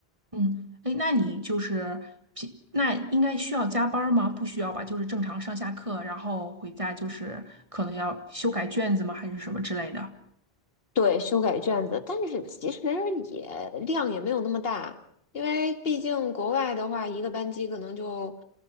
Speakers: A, on the right; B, on the left.
A: 嗯，哎，那你就是平，那应该需要加班儿吗？不需要吧，就是正常上下课，然后回家就是可能要修改卷子吗？还是什么之类的？
B: 对，修改卷子，但是其实也量也没有那么大，因为毕竟国外的话，一个班级可能就，